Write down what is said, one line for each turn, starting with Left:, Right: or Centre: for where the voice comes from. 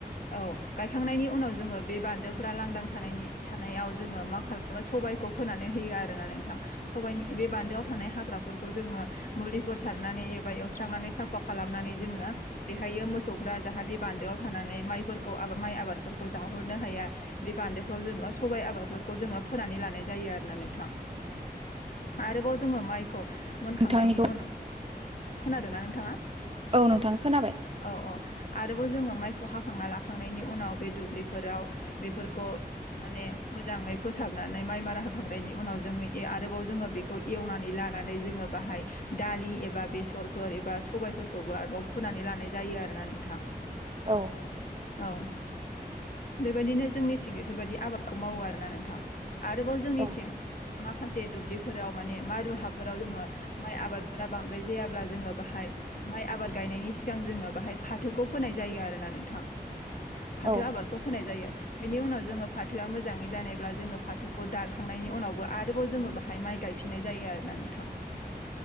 Left: औ गायखांनायनि उनाव जोङो बे बान्दोफोरा लांदां थानायनि थानायाव जोङो मा खालामो स--। सबायखौ फोनानै होयो आरोना नोंथां सबायनि बे बान्दोआव थानाय हाग्राफोरखौ जोङो मुलिफोर सारना--। बा एवस्रांनानै साफा खालामनानै जोङो बेहायो मोसौफ्रा जाहाथे बान्दोआव थानानै। मायफोरखौ माय आबाद जाहरनो हाया बे बान्दोफ्राव जों सबाय आबाद जो फोनान--। रामनाम जायो आरो ना नोंथां आरो बाव जों मायत। खौ मोनखांनायनि
Right: नोंथांनिखौ
Left: उनाव खोनादोंना नोंथाङा।
Right: औ नोंथां खोनाबाय
Left: औ औ आरोबाव जोङो माइ। खौ हाखांना लाखांनायनि उनाव बे दुब्लिफोराव बेफोरखौ माने मोजाङै फोसाब नानै माइ मारा होखांनायनि उनाव जोङो आरोबाव जोङो बेखौ एवनानै लानानै जोङो बाहाय दा लि एबा बेसरफोर एबा सबबायफोरखौबो आरोबाव फोनानै लानाय जायो आरोना नोंथां
Right: औ
Left: औ बेबायदिनो जोंनिथिं बेफोरबायदि आबादखौ मावो आरोना नोंथां आरोबाव जोंनिथिं
Right: औ
Left: माखासे दुब्लि फोराव माने मारु हाफोराव जोङो माय आबादफोरा बांद्राय जायाब्ला जोङो बाहाय माय आबाद गाय नायनि सिगां जोङो बाहाय फाथोखौ फोनाय जायो आरो ना नोंथां फाथो
Right: औ
Left: आबादखौ फोनाय जायो बिनि उनाव जोङो फाथोआ मोजाङै जानायब्ला जोङो फाथोखौ दानखांनायनि उनावबो आरोबाव जोङो बाहाय माइ गाय फिनाय जायो आरोना नोंथां